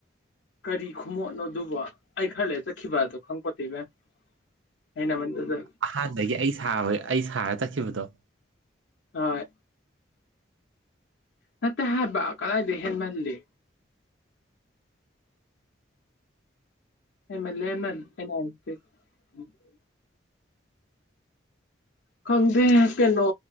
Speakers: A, on the left; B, on the right.
A: ꯀꯔꯤ ꯈꯃꯣꯠꯅꯣꯑꯗꯨꯕꯣ ꯑꯩ ꯈꯔ ꯂꯩ ꯆꯠꯈꯤꯕꯗꯣ ꯈꯪꯄꯣꯠꯇꯦ ꯏꯕꯦꯝ ꯑꯩꯅ ꯃꯟꯗꯨꯗ
B: ꯑꯍꯥꯟꯕꯗꯒꯤ ꯑꯩ ꯁꯥꯕ ꯑꯩ ꯁꯥꯔ ꯆꯠꯈꯤꯕꯗꯣ
A: ꯍꯣꯏ ꯅꯠꯇꯦ ꯍꯥꯏꯕ ꯀꯂꯥꯏꯗꯦ ꯍꯦꯜꯃꯜꯂꯤ ꯍꯦꯜꯃꯜꯂꯦ ꯍꯦꯜꯝꯜꯂꯤ <unintelligible> ꯈꯪꯗꯦ ꯀꯩꯅꯣ